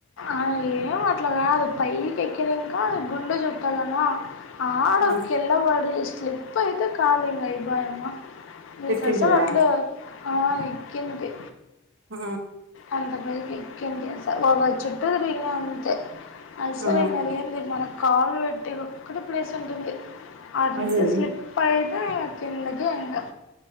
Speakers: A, on the left (about 60°); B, on the right (about 60°).
A: ఆ ఏం అట్ల కాదు పైకి ఎక్కినంకా గుండు చుట్టాలనా ఆడా
B: ఆ
A: కిందపడి స్లిప్ అయితే కాలింగ అయిపాయమ్మ మీకసలు
B: పెట్టింటివా
A: అట్లే ఆ ఎక్కింది
B: ఆ
A: అంత పయికి ఎక్కింటి సర్ ఒక్కచుట్టూ తిరిగిన అంతే అసలైనది
B: ఆ
A: ఏంది మన కాలు పెట్టేఒక్కట్టే ప్లేస్ ఉంటుంది అడినించి
B: అదే
A: స్లిప్ అయితే ఇగ కిందకే ఇంగా